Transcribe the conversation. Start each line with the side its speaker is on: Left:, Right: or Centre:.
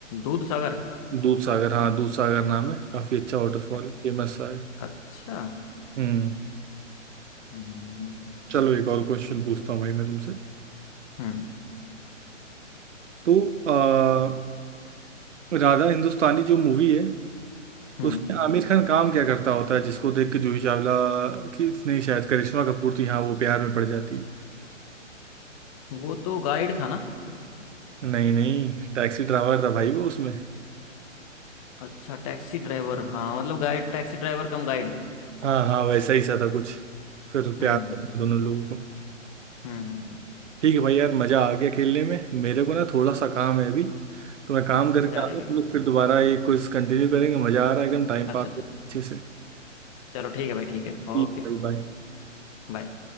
Left: दूध सागर
Right: दूधसागर हाँ दूधसागर नाम है काफ़ी अच्छा वाटरफॉल
Left: अ-
Right: फेमस सा है
Left: अच्छा
Right: हम्म
Left: हम्म
Right: चलो एक और क्वेश्चन पूछता हूँ भाई मैं तुमसे
Left: हम्म
Right: तो आ, राधा हिंदुस्तानी जो मूवी है
Left: हम्म,
Right: उसमें आमिर खान काम क्या करता होता है जिसको देख के जूही चावला थी नहीं शायद करिश्मा कपूर थी हाँ वो प्यार में पड़ जाती है
Left: वो तो गाइड था ना
Right: नहीं नहीं टैक्सी ड्राइवर था भाई वो उसमें
Left: अच्छा टैक्सी ड्राइवर हाँ मतलब guide taxi driver cum guide
Right: हाँ हाँ वैसा ही सा था कुछ फिर प्यार
Left: हम्म
Right: करने दोनों लोगों को
Left: हम्म हम्म, हम्म।
Right: ठीक है भाई यार मज़ा आ गया खेलने में मेरे को ना थोड़ा सा काम है अभी तो मैं काम करके
Left: अच्छा जा
Right: आता
Left: रहे
Right: हूँ
Left: हैं क्या
Right: हम लोग
Left: कहीं
Right: फिर दोबारा ये क्विज कंटिन्यू करेंगे मज़ा आ रहा है एकदम टाइम
Left: अच्छा
Right: पास
Left: अच्छा
Right: हो रहा है अच्छे से
Left: चलो ठीक है भाई ठीक है ओके
Right: ठीक है भाई बाय
Left: बाय